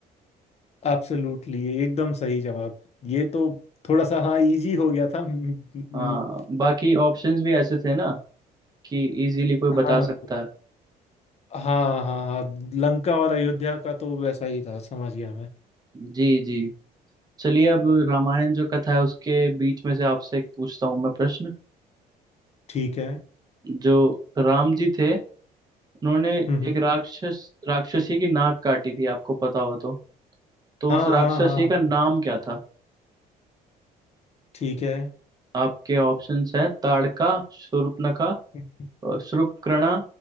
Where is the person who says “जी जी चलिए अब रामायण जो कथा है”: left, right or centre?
Right